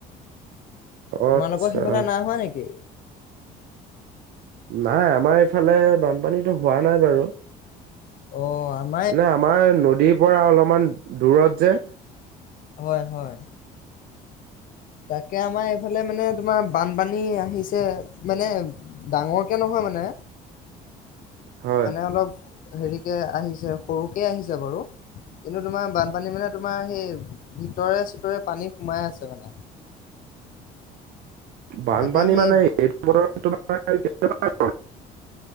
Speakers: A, on the right; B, on the left.
A: আচ্ছা
B: তোমালোকৰ সেইফালে নাই হোৱা নেকি?
A: নাই আমাৰ এইফালে বানপানীতো হোৱা নাই বাৰু।
B: অ আম
A: মানে আমাৰ নদীৰ পৰা অলপমান দূৰত যে।
B: হয় হয়। তাকে আমাৰ এইফালে মানে তোমাৰ বানপানী আহিছে মানে ডাঙৰকে নহয় মানে,
A: হয়
B: মানে অলপ হেৰিকে আহিছে সৰুকে আহিছে বাৰু। কিন্তু তোমাৰ বানপানী মানে তোমাৰ সেই ভিতৰে- চিতৰে পানী সোমাই আছে মানে।
A: বানপানী
B: তাকে সেই
A: মানে এইটো বতৰত তোমাৰ কেতিয়াবা